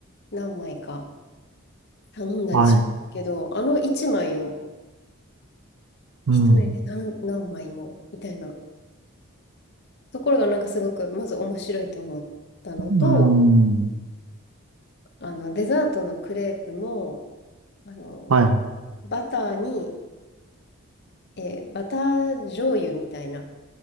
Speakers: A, on the left; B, on the right.
A: 何枚か頼んだりしますけど、
B: はい。
A: あの1枚を
B: うん。
A: 一人で何、何枚も、みたいなところがなんかすごく、まず面白いと思ったのと、
B: うん。
A: あの、デザートのクレープも、あの、
B: はい。
A: バターに、えーバター醤油みたいな、